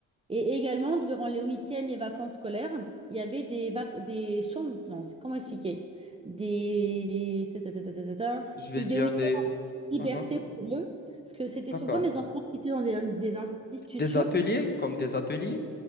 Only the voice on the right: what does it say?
Et également, durant les week-ends et vacances scolaires, il y avait des, vac- des chambres... Non, c'est- comment expliquer? Des... ta, ta, ta, ta, ta, ta, ta.
C'était
des week-ends
liberté
pour eux. Parce que c'était
souvent des enfants qui étaient dans des, des institutions.